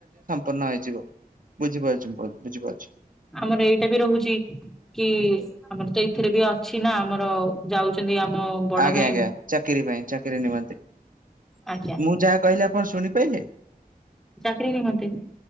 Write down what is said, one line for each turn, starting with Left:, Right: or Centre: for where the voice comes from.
Right: ପୂର୍ଣ୍ଣ ହେଇଯିବ ବୁଝିପାରୁଛି ମୁଁ ବୁଝିପାରୁଚଛି।
Centre: ଆମର ଏଇଟା ବି ରହୁଛି। କି ଆମର ତ ଏଥିରେ ବି ଅଛି ନା ଆମର ଯାଉଛନ୍ତି ଆମ ବଡ
Right: ଆଜ୍ଞା
Centre: ଭାଇ
Right: ଆଜ୍ଞା ଚାକିରି ପାଇଁ ଚାକିରି ନିମନ୍ତେ
Centre: ଆଜ୍ଞା
Right: ମୁଁ ଯାହା କହିଲି ଆପଣ ଶୁଣିପାଇଲେ?
Centre: ଚାକିରି ନିମନ୍ତେ।